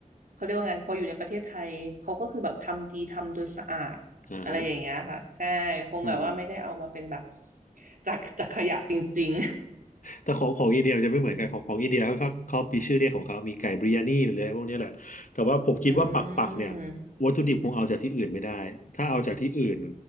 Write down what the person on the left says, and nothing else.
อ่าฮะอืม
แต่ของของอินเดียมันจะไม่เหมือนกันของของอินเดียเขาก็เขามีชื่อเรียกของเขามีไก่บริยานีหรืออะไรพวกนี้แหละแต่ว่าผมคิดว่าปักปักเนี่ย
วัตถุดิบคงเอาจากที่อื่นไม่ได้ ถ้าเอาจากที่อื่น